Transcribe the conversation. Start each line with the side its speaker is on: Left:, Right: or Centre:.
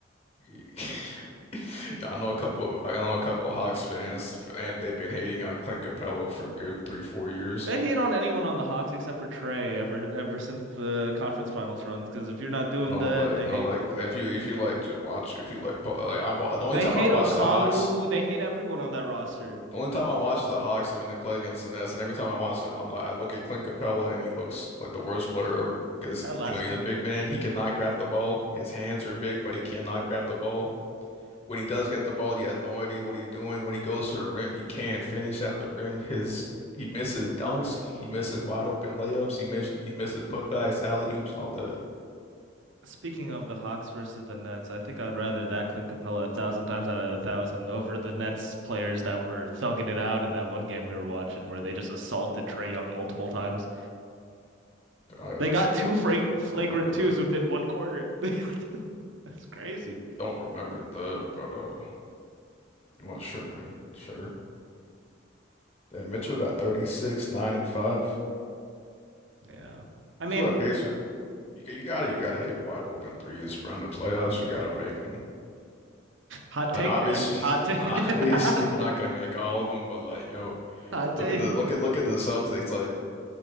Left: <laughs> Yeah, I know a couple I know a couple of Hawks fans and they've been hating on Clint Capella for a good three, four years.
Right: They hate on anyone on the Hawks except for Trey ever ever since the conference finals runs. Because if you're not doing
Left: No,
Right: that,
Left: like
Right: they
Left: no,
Right: hate
Left: like
Right: you, bro.
Left: if you if you like just watch if you like po- like I wa- the
Right: They
Left: only time
Right: hate
Left: I watched
Right: Okongwu.
Left: the Hawks
Right: They hate everyone on that roster.
Left: The only time I watched the Hawks is when they played against the Nets, and every time I watched him, I'm like, I look at Clint Capella and he looks like the worst player ever because
Right: That last
Left: you know he's
Right: game
Left: a big man, he cannot grab the ball. His hands are big, but he cannot grab the ball. When he does get the ball, he has no idea what he's doing. When he goes to the rim, he can't finish at the rim. His he misses dunks, he misses wide open layups, he misses he misses putbacks, alley-oops, all that.
Right: Speaking of the Hawks versus the Nets, I think I'd rather that Clint Capella a thousand times out of a thousand over the Nets players that were thugging it out in that one game we were watching where they just assaulted Trey Young multiple times.
Left: I uh,
Right: They got two fra- flagrant
Left: don't remember the
Right: twos within one quarter. <laughs> They got two. That's crazy.
Left: don't remember the but uh, it was sure, man, sure. Then Mitchell got 36, 9 and 5.
Right: Yeah. I mean,
Left: I feel like Pacers, you, you gotta you gotta hit wide open threes from the playoffs. You gotta make them.
Right: hot
Left: Like
Right: take
Left: obviously,
Right: there. Hot take.
Left: <laughs> obviously
Right: <laughs>
Left: you're not gonna make all of them, but like yo,
Right: Hot
Left: look
Right: take.
Left: at the look at look at the Celtics. Like